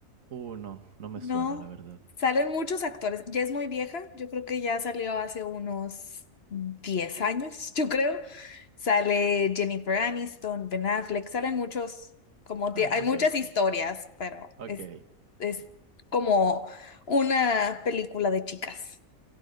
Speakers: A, on the right; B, on the left.
A: Uh, no, no me
B: No,
A: suena, la verdad.
B: salen muchos actores. Ya es muy vieja, yo creo que ya salió hace unos 10 años, <laughs> yo creo. Sale Jennifer Aniston, Ben Affleck, salen muchos, como tie-
A: Ah,
B: hay
A: ok,
B: muchas
A: ok.
B: historias, pero
A: ok.
B: es, es como una película de chicas.